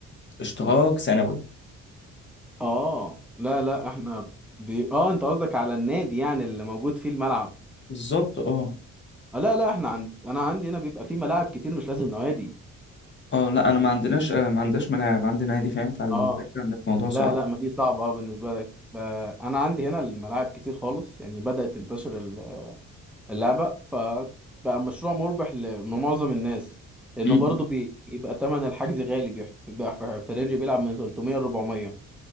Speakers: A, on the left; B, in the centre.
A: اشتراك سنوي
B: اه لا لا احنا بي... اه انت قصدك على النادي يعني اللي موجود فيه الملعب
A: بالظبط اه
B: آه لا لا احنا عند انا عندي هنا بيبقى فيه ملاعب كتير مش لازم نوادي
A: اه لا انا ما عندناش آه، ما عندناش ملاعب عندنا نادي فاهم فالفكره
B: اه
A: ان الموضوع
B: لا
A: صعب
B: لا ما دي صعبة اه بالنسبة لك آه انا عندي هنا الملاعب كتير خالص يعني بدأت تنتشر ال- اللعبة فبقى مشروع مربح لمعظم الناس لانه
A: م-م.
B: برضه بيبقى تمن الحجز غالي بيح- بيح- في رينج بيلعب من 300 ل 400